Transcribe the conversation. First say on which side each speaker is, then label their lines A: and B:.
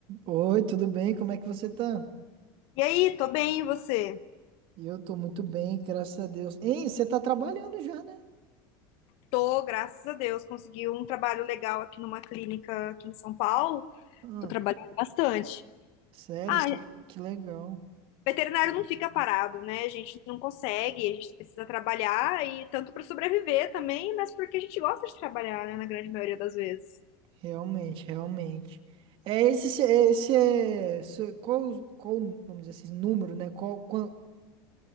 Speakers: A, on the right; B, on the left.
A: Oi, tudo bem? Como é que você tá?
B: E aí, tô bem, e você?
A: Eu tô muito bem, graças a Deus. Ei, você tá trabalhando já, né?
B: Tô, graças a Deus, consegui um trabalho legal aqui numa clínica aqui em São Paulo.
A: Ah,
B: Tô trabalhando bastante.
A: sério,
B: Ah,
A: que, que legal.
B: veterinário não fica parado, né? A gente não consegue, a gente precisa trabalhar e tanto para sobreviver também, mas porque a gente gosta de trabalhar, né, na grande maioria das vezes.
A: Realmente, realmente. É esse, se- é esse é. se- Qual, qual, vamos dizer assim, número, né? Qual, qual,